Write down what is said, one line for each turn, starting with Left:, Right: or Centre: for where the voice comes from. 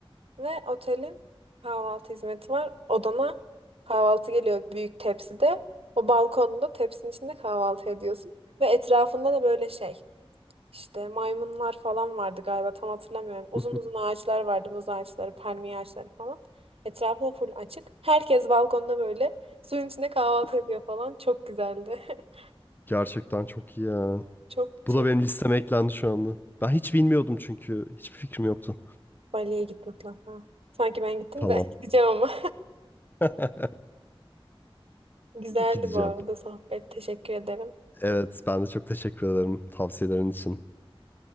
Right: Ve otelin kahvaltı hizmeti var. Odana kahvaltı geliyor büyük tepside. O balkonda tepsinin içinde kahvaltı ediyorsun. Ve etrafında da böyle şey işte maymunlar falan vardı galiba tam hatırlamıyorum. Uzun
Left: <laughs>
Right: uzun ağaçlar vardı muz ağaçları, palmiye ağaçları falan. Etrafı da full açık. Herkes balkonda böyle suyun içinde kahvaltı ediyor falan. Çok güzeldi. <laughs>
Left: Gerçekten çok iyi ya.
Right: Çok şey
Left: Bu da benim listeme eklendi şu anda. Ben hiç bilmiyordum çünkü. Hiçbir fikrim yoktu.
Right: Bali'ye git mutlaka. Sanki ben gittim
Left: Tamam.
Right: de <laughs> gideceğim ama.
Left: <laughs>
Right: <laughs> Güzeldi
Left: Gideceğim.
Right: bu arada sohbet. Teşekkür ederim.
Left: Evet, ben de çok teşekkür ederim tavsiyelerin için.